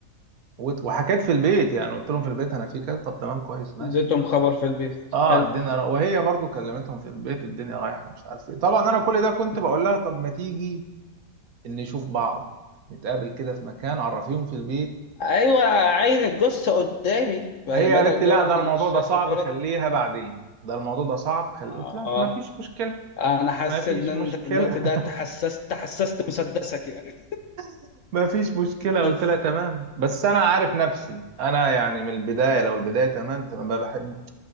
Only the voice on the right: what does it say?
وت- وحكيت في البيت يعني قلت لهم في البيت انا في كذا طب تمام كويس ماشي
اه
الدنيا را... وهي برضو كلمتهم في البيت الدنيا رايحه مش عارف ايه طبعا انا كل ده كنت بقول لها طب ما تيجي نشوف بعض نتقابل كده في مكان عرفيهم في البيت
هي قالت لي
لا ده
الموضوع ده صعب
خليها بعدين ده الموضوع ده صعب خل...
قلت لها
ما فيش مشكلة
ما فيش
مشكلة
<laughs> ما فيش مشكلة
قلت لها تمام بس أنا عارف نفسي أنا يعني من البداية لو البداية تمام تمام ما بحب